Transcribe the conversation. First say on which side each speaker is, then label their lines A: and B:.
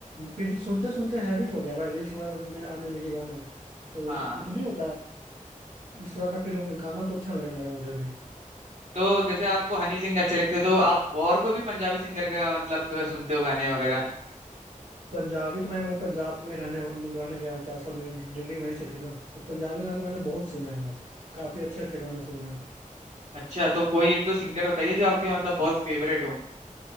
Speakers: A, on the right; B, on the right.
A: फिर सुनते सुनते हैबिट हो गया भाई रील्स वगैरह में आने लगे गाने तो
B: हाँ
A: वो जो नहीं होता है, उस तरह का फील हो गया गाना तो अच्छा लगने लगा मुझे भी
B: तो जैसे आपको हनी सिंह अच्छे लगते तो आप और कोई भी पंजाबी सिंगर का मतलब सुनते हो गाने वगैरह
A: पंजाबी तो मैं मैं पंजाब में रहने रहने गया हूँ चार साल मेरी डिग्री वहीं से थी ना तो पंजाबी गाना तो मैंने बहुत सुना है यार काफी अच्छे अच्छे गाने सुने हैं
B: अच्छा तो कोई एक दो सिंगर बताइए जो आपके मतलब बहुत फेवरेट हो